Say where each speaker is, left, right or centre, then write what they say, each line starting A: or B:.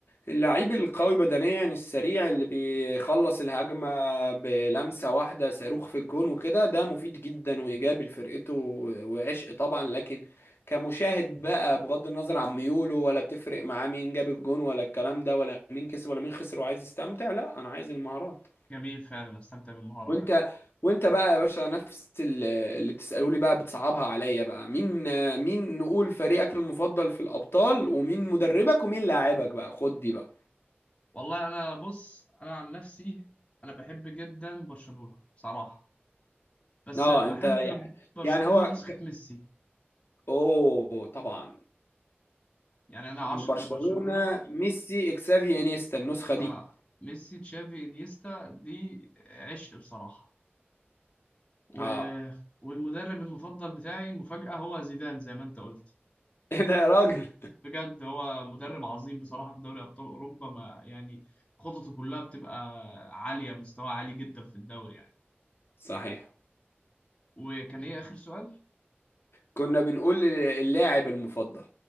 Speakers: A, on the left (about 70°); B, on the left (about 25°).
A: اللعيب القوي بدنيا السريع اللي بيخلص الهجمة بلمسة واحدة صاروخ في الجون وكده ده مفيد جدا وإيجابي لفرقته و- وعشق طبعا لكن كمشاهد بقى بغض النظر عن ميوله ولا بتفرق معاه مين جاب الجون ولا الكلام ده ولا مين كسب ولا مين خسر وعايز يستمتع لا أنا عايز المهارات
B: جميل فعلا استمتع بالمهارة
A: وأنت
B: فعلا
A: وأنت بقى يا باشا نفس ال- اللي بتسأله لي بقى بتصعبها عليا بقى مين مين نقول فريقك المفضل في الأبطال ومين مدربك ومين لاعبك بقى خد دي بقى
B: والله انا بص انا عن نفسي انا بحب جدا برشلونة بصراحة بس
A: اه
B: بحب
A: انت يعني
B: برشلونة
A: يعني هو
B: نسخة
A: ك...
B: ميسي
A: اوه طبعا
B: يعني انا عاشق
A: برشلونة
B: لبرشلونة
A: ميسي اكسافي انيستا النسخة دي
B: آه ميسي تشافي انيستا دي عشق بصراحة و...
A: اه
B: والمدرب المفضل بتاعي مفاجأة هو زيدان زي ما انت قلت
A: <laughs> ايه ده يا راجل
B: بجد هو مدرب عظيم بصراحة في دوري ابطال اوروبا ما يعني خططه كلها بتبقى عالية مستوى عالي جدا في الدوري يعني
A: صحيح
B: وكان ايه اخر سؤال
A: كنا بنقول لل- اللاعب المفضل